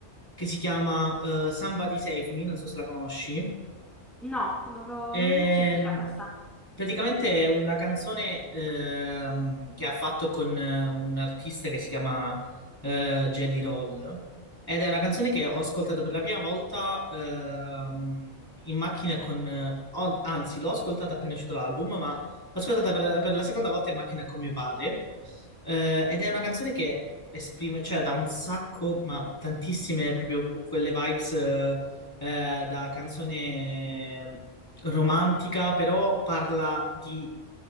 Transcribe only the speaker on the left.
che si chiama eh, Somebody Save Me, non so se la conosci.
Ehm,
praticamente è una canzone ehm, che ha fatto con eh, un artista che si chiama eh, Jelly Roll ed è una canzone che ho ascoltato per la prima volta ehm, in macchina con... eh, ho- anzi, l'ho ascoltata appena uscito l'album, ma l'ho ascoltata per, per la seconda volta in macchina con mio padre Eh, ed è una canzone che esprime, cioè da un sacco, ma tantissime proprio quelle vibes... eh, eh, da canzone romantica, però parla di,